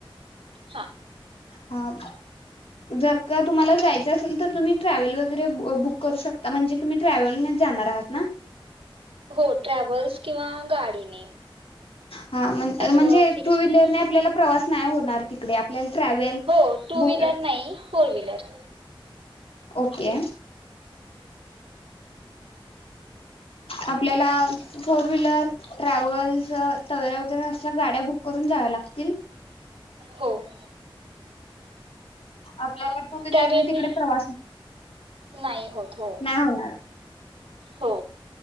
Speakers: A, on the right; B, on the left.
A: हां
B: हां जर का तुम्हाला जायच असेल तर तुम्ही ट्रॅवल वगैरे अ बुक करू शको आता म्हणजे तुम्ही ट्रॅव्हलनेच जाणार आहात. ना
A: हो ट्रॅव्हल्स किंवा गाडीने
B: हा म्हणजे
A: असं फिक्स
B: टू व्हीलरने
A: नाही
B: आपल्याला प्रवास नाही होणार तिकडे आपल्याला ट्रॅवल
A: हो टू
B: बु
A: व्हीलर
B: अ
A: नाही फोर व्हीलर
B: ओके आपल्याला फोर व्हीलर ट्रॅव्हल्स तवेरा वगैर असल्या गाड्या बुक करून जाव्या लागतात.
A: हो <inaudible>
B: आपल्याला टू व्हीलर
A: त्यावेळी
B: ने तिकडे
A: मी
B: प्रवास
A: नाही होत हो
B: नाही होणार
A: हो